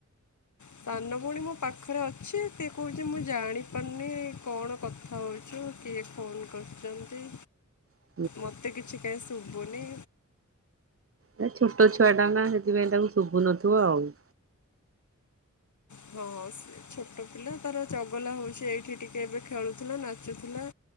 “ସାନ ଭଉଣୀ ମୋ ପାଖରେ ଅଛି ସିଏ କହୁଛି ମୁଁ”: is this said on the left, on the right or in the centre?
Left